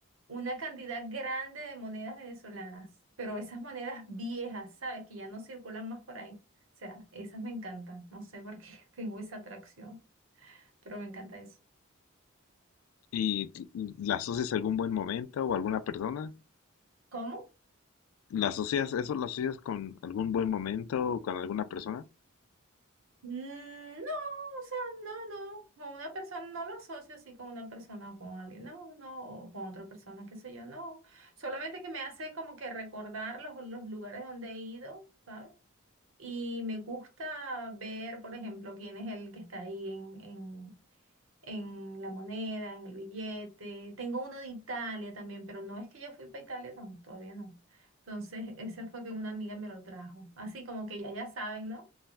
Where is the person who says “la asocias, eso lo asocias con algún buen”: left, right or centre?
Left